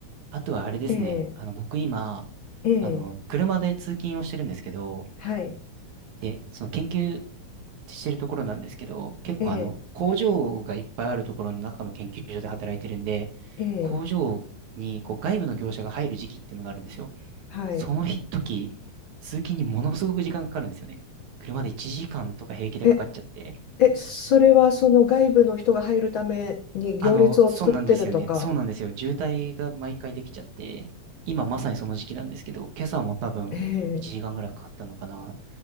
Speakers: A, on the right (about 80°); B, on the left (about 60°).
A: あとはあれですね。
B: ええ、
A: あの、僕今、
B: ええ、
A: あの、車で通勤をしてるんですけど、
B: はい、
A: で、その研究してるところなんですけど、結構あの、
B: ええ、
A: 工場がいっぱいあるところの中の研究所で働いてるんで、
B: ええ、
A: 工場にこう外部の業者が入る時期っていうのがあるんですよ。
B: はい。
A: その日時、通勤にものすごく時間かかるんですよね。車で1時間とか平気でかかっちゃって。
B: え、え、それはその外部の人が入るために行列を作ってるとか。
A: あの、そうなんですよね。そうなんですよ。渋滞が毎回できちゃって、今まさにその時期なんですけど、今朝も多分1時間ぐらいかかったのかな。
B: ええ、